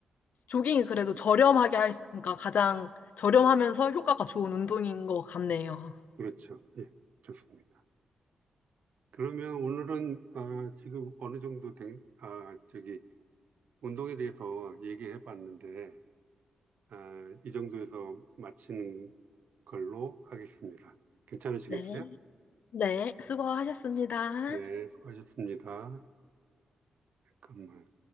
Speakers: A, on the left (about 65°); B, on the right (about 60°).
A: 조깅이 그래도 저렴하게 할 수, 그러니까 가장 저렴하면서 효과가 좋은 운동인 것 같네요.
B: 그렇죠. 예. 좋습니다. 그러면 오늘은 아, 지금 어느 정도 된, 아, 저기 운동에 대해서 얘기해 봤는데 아, 이 정도에서 마치는 걸로 하겠습니다. 괜찮으시겠어요?
A: 네. 네, 수고하셨습니다.
B: 네, 수고하셨습니다. 잠깐만.